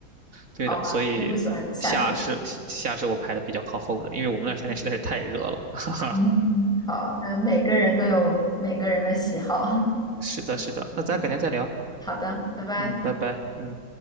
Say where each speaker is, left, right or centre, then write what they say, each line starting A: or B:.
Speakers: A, on the right; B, in the centre.
A: 对的，
B: 好吧，
A: 所以
B: 你不喜欢夏天。
A: 夏是夏是我排的比较靠后的，因为我们那儿夏天实在是太热了。
B: 嗯，
A: <laughs>
B: 嗯好，那每个人都有每个人的喜好。
A: 是的，是的，
B: <laughs>
A: 那咱改天再聊，
B: 好的，拜拜。
A: 嗯，拜拜，嗯。